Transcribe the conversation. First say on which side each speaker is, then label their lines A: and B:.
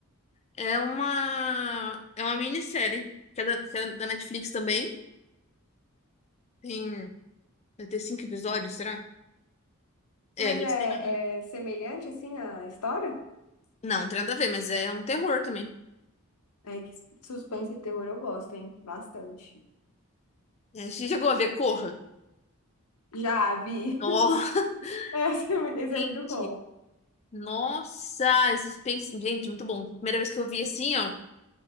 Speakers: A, on the left; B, on the left.
A: É uma. É uma minissérie, que é da, que é da Netflix também. Tem. Vai ter cinco episódios, será? É,
B: Mas
A: Missa
B: é,
A: da Meia-Noite.
B: é semelhante, assim, à história?
A: Não, não tem nada a ver, mas é um terror também.
B: É que suspense e terror eu gosto, hein? Bastante.
A: É, Você chegou a ver Corra?
B: Já vi.
A: Nossa,
B: <laughs> Esse é mu-
A: <laughs>
B: esse
A: gente.
B: é muito bom.
A: Nossa, esse suspense. Gente, muito bom. Primeira vez que eu vi assim, ó.